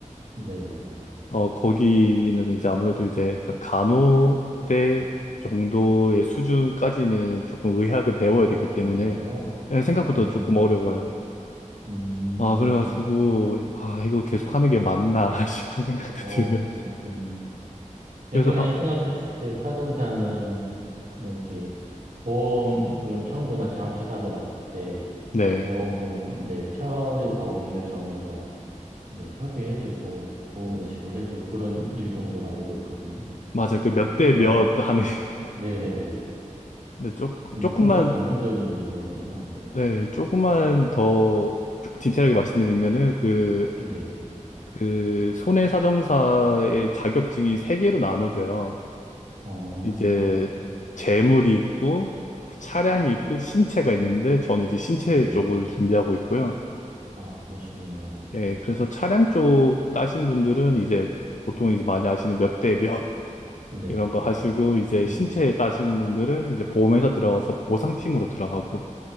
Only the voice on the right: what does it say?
네네.
아,
진짜요?
어,
음,
어,
그러시구나. 제가
그냥 생각했을 때 사정사는 뭐 이렇게 보험금 청구나 자동차 사고 났을 때
보험금, 네, 처리 범위를 정해서 네, 협의해주고 보험료 지불해주고 그런 일 정도로 알고 있거든요.
근데 좀
더,
네네네.
근데
좀 더 전문적인 일이었네요. 네,
네.
어,
네.
아, 그러시구나.
네네네.
<laughs>